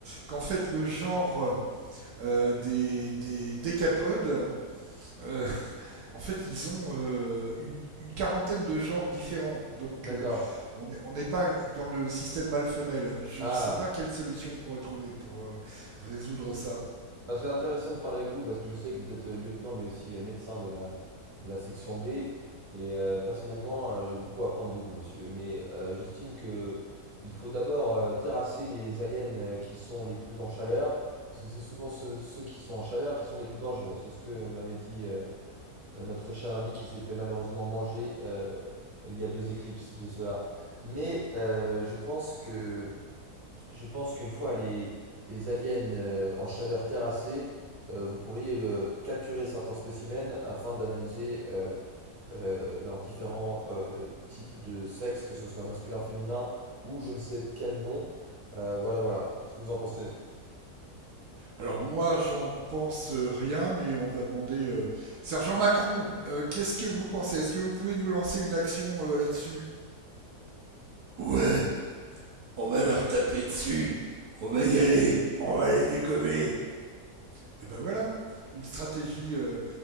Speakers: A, on the right; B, on the right.
A: qu'en fait le genre euh, des, des décapodes euh, En fait, ils ont euh, une, une quarantaine de genres différents. Donc,
B: D'accord.
A: euh, on n'est on n'est pas dans le système mâle-femelle. Je
B: Ah.
A: ne sais pas quelle solution on pourrait trouver pour euh, résoudre ça.
B: Bah, c'est intéressant de parler avec vous parce que je sais que vous êtes euh, lieutenant mais aussi euh, médecin de la, de la section B et euh, personnellement euh, j'ai beaucoup à apprendre de vous monsieur mais euh, j'estime que il faut d'abord euh, terrasser les aliens euh, qui sont les plus en chaleur parce que c'est souvent ceux, ceux qui sont en chaleur qui sont les plus dangereux. C'est ce que m'avait dit euh, euh, notre cher ami qui s'est fait malheureusement manger euh, il y a deux éclipses de cela. Mais euh, je pense que je pense qu'une fois les, les aliens euh, en chaleur terrassés, euh, vous pourriez euh, capturer certains spécimens afin d'analyser euh, euh, leurs différents euh, types de sexe, que ce soit masculin, féminin ou je ne sais quel nom. Euh, voilà, voilà. Qu'est-ce que vous en pensez?
A: Alors, moi, j'en pense euh, rien, mais on va demander. euh, Sergent Macron, euh, qu'est-ce que vous pensez Est-ce que vous pouvez nous lancer une action euh, là-dessus Ouais, on va leur taper dessus. On va y aller. On va les dégommer. Et ben voilà, une stratégie, euh,